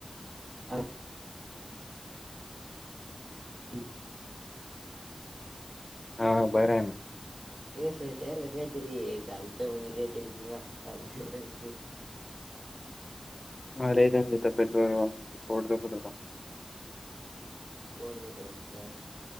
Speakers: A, on the right (about 85°); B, on the left (about 50°).
A: अ ह
B: हा हा बरं आहे ना
A: तेचेत काहीतरी चालत म्हणी काहीतरी भीमा चालते म्हणी त
B: हालें तब्बेत फड दबद
A: ड होत का